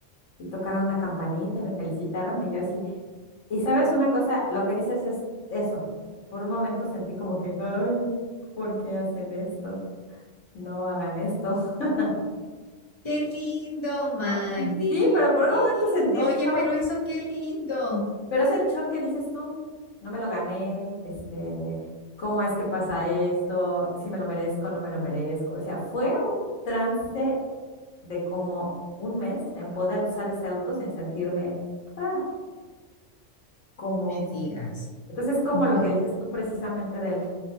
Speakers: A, on the left (about 80°); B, on the left (about 40°).
A: y tocaron una campanita y me felicitaron y yo así. Y sabes una cosa, lo que dices es eso. Por un momento sentí como que, ay, ¿por qué hacen esto? No hagan esto, <laughs>
B: Qué lindo, Magdi.
A: ¿no? Sí, pero por un momento sentí
B: Oye,
A: el shock,
B: pero eso qué lindo.
A: pero es el shock que dices tú, no me lo gané, este, ¿cómo es que pasa esto? Si me lo merezco, no me lo merezco. O sea, fue un trance de como un mes en poder usar ese auto sin sentirme rara, como
B: Me digas.
A: Entonces, como
B: Ujú,
A: lo que dices tú precisamente del,